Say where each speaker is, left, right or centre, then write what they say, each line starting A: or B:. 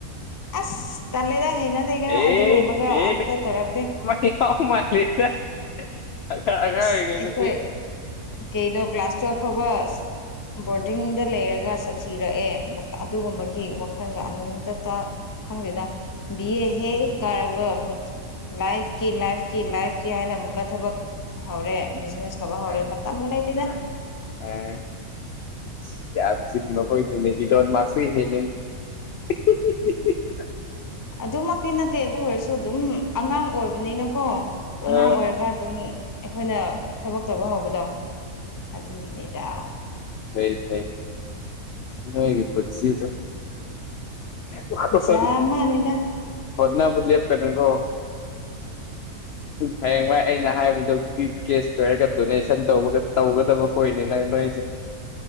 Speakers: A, on the left; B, on the left.
A: ꯑꯁ ꯇꯂꯦꯗ ꯍꯩꯅꯗꯒ
B: ꯑꯦ
A: ꯑꯗꯨꯒꯨꯝꯕꯒ
B: ꯑꯦ
A: ꯑꯝꯇ ꯇꯧꯔꯛꯇꯦ
B: <unintelligible> ꯑꯉꯥꯡ ꯑꯉꯥꯡ
A: ꯑꯁ
B: ꯑꯣꯏꯔꯤꯉꯩꯗꯗꯤ
A: ꯑꯩꯈꯣꯏ ꯀꯩꯅꯣ ꯀ꯭ꯂꯥꯁ ꯇꯨꯌꯦꯜꯐ ꯐꯥꯎꯕ ꯕꯣꯔꯗꯤꯡꯗ ꯂꯩꯔꯒ ꯁꯥꯊꯤꯔꯛꯑꯦ ꯑꯗꯨꯒꯨꯝꯕꯒꯤ ꯋꯥꯈꯜꯒ ꯑꯃꯨꯛꯇ ꯈꯪꯗꯦꯗ ꯕꯤ ꯑꯦ ꯍꯦ ꯀꯥꯔꯒ ꯂꯥꯏꯐꯀꯤ ꯂꯥꯏꯐꯀꯤ ꯂꯥꯏꯐ ꯀ ꯍꯥꯏꯅ ꯑꯃꯨꯛꯀ ꯊꯕꯛ ꯍꯧꯔꯦ ꯕꯤꯖꯤꯅꯦꯁ ꯊꯕꯛ
B: <unintelligible>
A: ꯍꯧꯔꯦ ꯃꯇꯝꯒ ꯂꯩꯇꯦꯗ
B: <unintelligible> <unintelligible>
A: ꯑꯗꯨꯃꯛꯇꯤ ꯅꯠꯇꯦ ꯑꯗꯨ ꯑꯣꯏꯔꯁꯨ ꯑꯗꯨꯝ ꯑꯉꯥꯡ ꯑꯣꯏꯕꯅꯤꯅꯀꯣ ꯑꯉꯥꯡ
B: ꯑ
A: ꯑꯣꯏꯔꯒ ꯑꯗꯨꯝ ꯑꯩꯈꯣꯏꯅ ꯊꯕꯛ ꯇꯧꯕ ꯍꯧꯕꯗꯣ ꯑꯗꯨꯒꯤꯅꯦꯗ
B: ꯍꯣꯏ ꯐꯩ ꯅꯣꯏꯒꯤ ꯄꯨꯟꯁꯤꯗꯨ <unintelligible>
A: ꯖꯥ ꯃꯥꯟꯅꯤꯗ
B: ꯍꯣꯠꯅꯕ ꯂꯦꯞꯀꯅꯨꯀꯣ ꯍꯌꯦꯡꯋꯥꯏ ꯑꯩꯅ ꯍꯥꯏꯕꯗꯨ ꯍꯧꯖꯤꯛꯇꯤ ꯀꯦꯁ ꯀꯣꯏꯔꯒ ꯗꯣꯅꯦꯁꯟ ꯇꯧꯕꯒ ꯇꯧꯒꯗꯕ ꯀꯣꯏꯅꯤ ꯅꯪ ꯅꯣꯏꯁꯦ